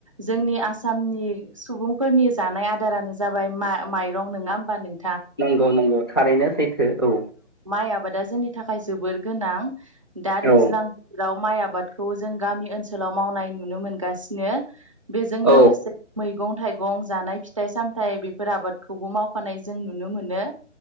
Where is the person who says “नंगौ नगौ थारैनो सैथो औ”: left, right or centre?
Left